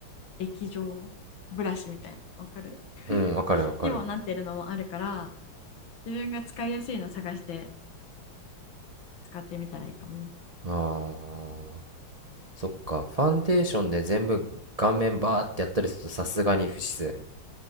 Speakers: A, on the left; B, on the right.
A: 液状ブラシみたいなわかる <laughs>
B: うん、わかるわかる。
A: にもなってるのもあるから自分が使いやすいの探して使ってみたらいいかもね。
B: あー、そっか。ファンデーションで全部顔面バーってやったりするとさすがに不自然。